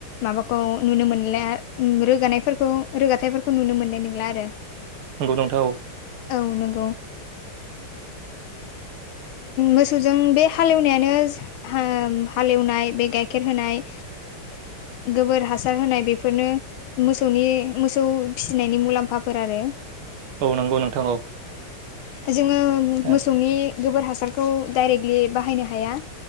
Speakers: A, on the left; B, on the right.
A: माबाखौ नुनो मोनला रोगानायफोरखौ रोगाथायाइफोरखौ नुनो मोननाय नंला आरो
B: नंगौ नंथाव
A: औ नंगौ मोसौजों बे हालेवनायानो हालेवनाय बे गाइखेर होनाय गोबोर हासार होनाय बेफोरनो मोसौनि मोसौ फिसिनायनि मुलाम्फाफोर आरो
B: औ नंगौ नोंथां औ
A: जोङो मोसौनि
B: ए
A: गोबोर हासारखौ डाइरेक्टलि बाहायनो हाया